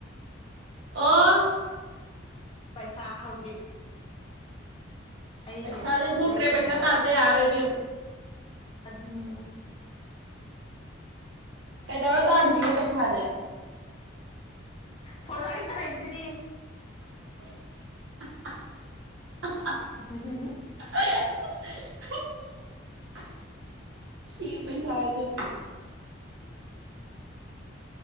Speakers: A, on the right (about 60°); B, on the left (about 30°).
A: ꯑꯣ
B: ꯄꯩꯁꯥ ꯍꯧꯖꯤꯛ ꯑꯩ
A: ꯄꯩꯁꯥꯗꯤ
B: ꯂꯦꯞꯇꯣꯞ
A: ꯊꯣꯛꯇ꯭ꯔꯦ
B: ꯂꯩꯗꯕ
A: ꯄꯩꯁꯥ ꯇꯥꯟꯇ ꯌꯥꯔꯣꯏꯕꯤ ꯑꯃꯨ
B: ꯑꯗꯨꯗꯅꯦ
A: ꯀꯩꯗꯧꯔꯣ ꯇꯥꯟꯁꯤꯒꯦ ꯄꯩꯁꯥꯖꯦ
B: ꯐꯣꯟ ꯐ ꯆꯅꯁꯤꯗꯤ
A: <inaudible>
B: ꯍ
A: <unintelligible> ꯁꯤꯦ ꯄꯩꯁꯥꯗ